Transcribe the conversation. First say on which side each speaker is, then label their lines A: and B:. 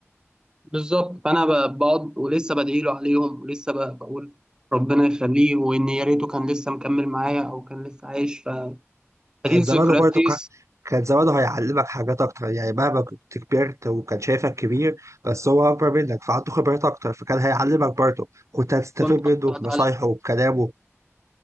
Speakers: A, on the right; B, on the right.
A: بالظبط فانا ب- بقعد ولسه بدعي له عليهم ولسه ب- بقول ربنا يخليه وان يا ريته كان لسه مكمل معايا او كان لسه عايش ف-
B: كان
A: فدي الذكريات
B: زمانه برضه
A: دي
B: ك- كان زمانه هيعلمك حاجات أكتر يعني مهما كنت كبرت وكان شايفك كبير بس هو أكبر منك فعنده خبرات أكتر فكان هيعلمك برضه كنت هتستفيد
A: كنت افضل
B: منه بنصايحه
A: اتعلم
B: وبكلامه